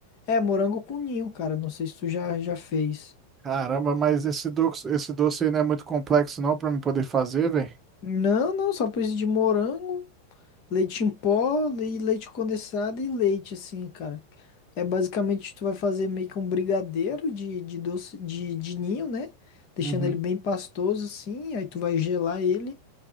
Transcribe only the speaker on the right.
Caramba, mas esse doce, esse doce aí não é muito complexo não pra mim poder fazer, velho.
Uhum.